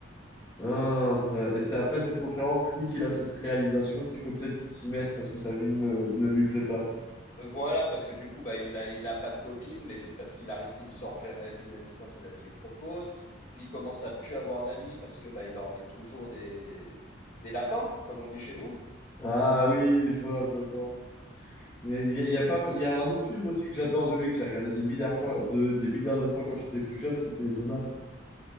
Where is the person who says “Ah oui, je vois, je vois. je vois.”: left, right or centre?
Left